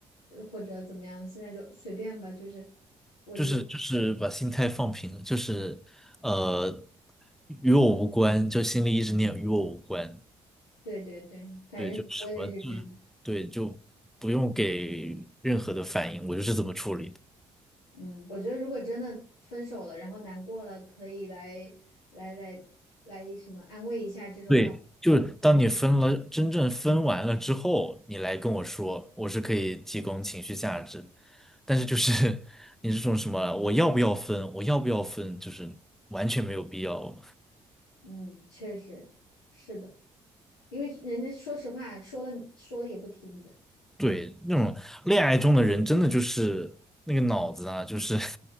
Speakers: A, on the left; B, in the centre.
A: 呃或者怎么样，现在就随便吧，就是
B: 就是就是把心态放平了就是呃，
A: 觉得
B: 与我无关，就心里一直念与我无关，
A: 对对对，反正我也是这样。
B: 对，就什么就是对，就不用给任何的反应，我就是这么处理的。
A: 嗯，我觉得如果真的分手了，然后难过了，可以来来来来什么安慰一下这种道。
B: 对，就是当你分了，真正分完了之后，你来跟我说，我是可以提供情绪价值，但是就是 <laughs> 你这种什么我要不要分，我要不要分，就是完全没有必要。
A: 嗯，确实是的，因为人家说实话说了说了也不听的。
B: 对，那种恋爱中的人，真的就是那个脑子啊，就是